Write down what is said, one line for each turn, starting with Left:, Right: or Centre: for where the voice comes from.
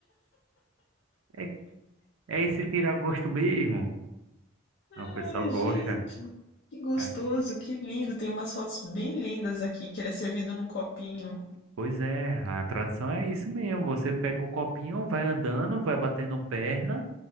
Right: É, é esse tirar gosto mesmo.
Left: Ai,
Right: Ah, O pessoal gosta.
Left: gente, que gostoso,
Right: Ah,
Left: que lindo. Tem umas fotos bem lindas aqui, que ele é servido num copinho.
Right: Pois é, a tradição é isso mesmo. Você pega o copinho, vai andando, vai batendo perna